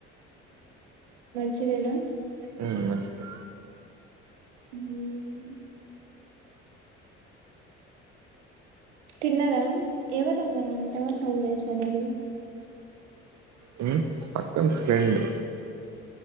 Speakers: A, on the right; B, on the right.
A: తినేనా
B: హూ మంచిది
A: మ్మ్ <inaudible> తిన్నారా ఎవరయ్యా అంతగా సౌండ్ చేస్తున్నారు
B: హు పక్కన ఫ్రెండ్